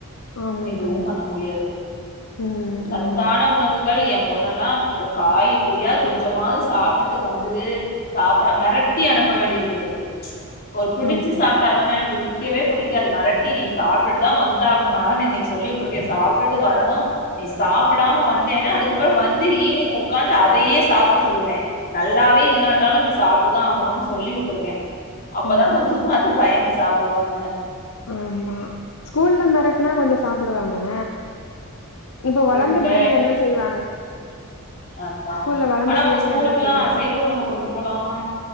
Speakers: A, on the left; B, on the left.
A: ஆமா
B: எதுவும்
A: தோழி
B: பண்ண முடியாது
A: ம்
B: சத்தான
A: ஆமா
B: உணவுகள் எப் பொண்ணெல்லா காய் எப்படியா கொஞ்சமாவது சாப்ட்டுட்டு வந்துரு சாப்பட மிரட்டி அனுப்ப வேண்டி இருக்குது ஒரு பிடிச்சு
A: ஆம்
B: சாப்ட்டாதான பிடி க்கவே பிடிக்காது மிரட்டி நீ சாப்ட்டுட்டுதா வந்தாகணும்னால இன்னைக்கு சொல்லி விட்டுருக்கே சாப்பிட்டுட்டு வரணும் நீ சாப்பிடாம வந்தேனா அதுக்கப்புறம் வந்து ஈவினிங் உக்காந்து அதையே சாப்பிட சொல்லுவேன் நல்லாவே இல்லாட்டாலு நீ சாப்பிட்டுதா ஆகணுனு சொல்லி விட்ருக்கே அப்பதா
A: ம்
B: கொஞ்சமாது பயந்து சாப்பிடுவாங்கன்னு
A: ஆமா ஸ்கூல்ல மெரட்னா கொஞ்சம் சாப்பிடுவாங்கள இப்ப
B: ஸ்கூல்ல
A: வளந்த பிள்ளைங்கள என்ன செய்வாங்க
B: அதா
A: ஸ்கூல்ல வளர்ந்த
B: ஆனா
A: பிள்ளைங்கள
B: உங்க ஸ்கூலுக்குல்லா
A: என்ன செய்வாங்க
B: அசைவ உணவு கொண்டு போலாமா